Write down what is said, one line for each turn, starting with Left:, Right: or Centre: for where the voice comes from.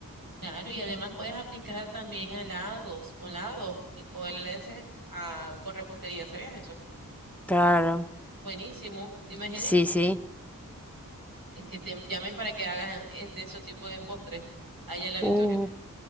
Right: claro. Y además puedes aplicar también a lados, con lados, eh, con el L S a, con repostería, ¿sabías eso?
Centre: Claro,
Right: Buenísimo, ¿te imaginas?
Centre: sí, sí.
Right: el que te llamen para que hagas este, esos tipos de postres allá en La Victoria.
Centre: Uh.